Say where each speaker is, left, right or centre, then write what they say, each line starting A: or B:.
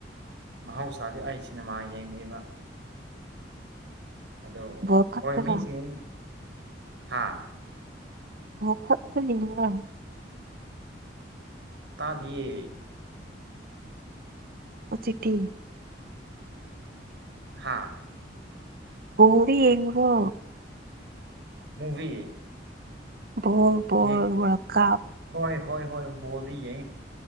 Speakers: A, on the right (about 70°); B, on the right (about 55°).
A: ꯃꯍꯧꯁꯥꯗꯤ ꯑꯩ ꯁꯤꯅꯤꯃꯥ ꯌꯦꯡꯗ꯭ꯔꯤꯕ ꯑꯗꯣ
B: ꯕꯣꯜ ꯈꯛꯇꯔꯣ
A: ꯍꯣꯢ ꯃꯤꯁꯤꯡ ꯍꯥꯥ
B: <unintelligible>
A: ꯇꯥꯗꯤꯌꯦ
B: ꯎꯆꯦꯛꯇꯤ
A: ꯍꯥꯥ
B: ꯕꯣꯜꯗꯤ ꯌꯦꯡꯕ꯭ꯔꯣ
A: ꯃꯨꯚꯤ
B: ꯕꯣꯜ ꯕꯣꯜ
A: ꯌꯦꯡ
B: ꯋꯥꯔꯜ ꯀꯞ
A: ꯍꯣꯢ ꯍꯣꯢ ꯍꯣꯢ ꯕꯣꯜꯗꯤ ꯌꯦꯡꯉꯤ